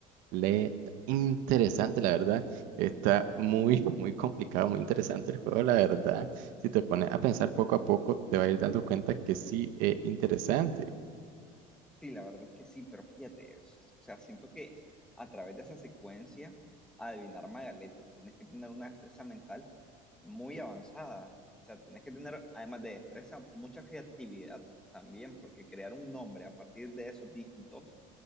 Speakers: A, on the right; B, in the centre.
A: Le interesante, la verdad. Está muy, <laughs> muy complicado, muy interesante el juego, la verdad. Si te pones a pensar poco a poco, te vas a ir dando cuenta que sí es interesante.
B: Sí, la verdad es que sí, pero fíjate, es- o sea, siento que a través de esa secuencia, adivinar Magaleta, tenés que tener una destreza mental muy avanzada. O sea, tenés que tener, además de destreza, mucha creatividad también, porque crear un nombre a partir de esos dígitos,